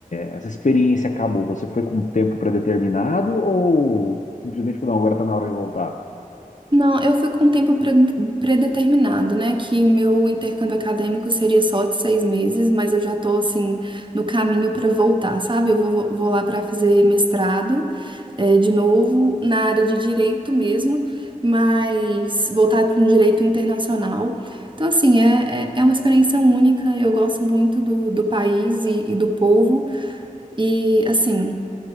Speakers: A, on the left (about 65°); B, on the right (about 35°).
A: essa experiência acabou? Você foi com um tempo predeterminado ou simplesmente falou, não, agora está na hora de voltar?
B: Não, eu fui com um tempo pre- predeterminado, né? Que meu intercâmbio acadêmico seria só de seis meses, mas eu já tô, assim, no caminho para voltar, sabe? Eu vou, vou lá para fazer mestrado, eh, de novo, na área de direito mesmo, mas voltado para um direito internacional. Então, assim, é, é, é uma experiência única, eu gosto muito do, do país e, e do povo, e, assim.